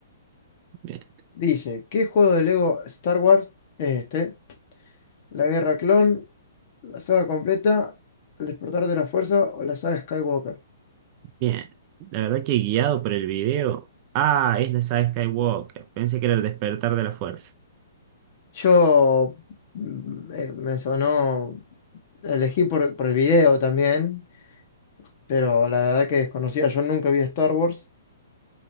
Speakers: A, on the right; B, on the left.
A: Bien.
B: Dice, ¿qué juego de Lego Star Wars es este? La Guerra Clon. La saga completa, El despertar de la fuerza o la saga Skywalker.
A: Bien. La verdad que guiado por el video. Ah, es la saga Skywalker. Pensé que era el despertar de la fuerza.
B: Yo mm, eh, me sonó, elegí por, por el video también, pero la verdad que desconocía, yo nunca vi Star Wars,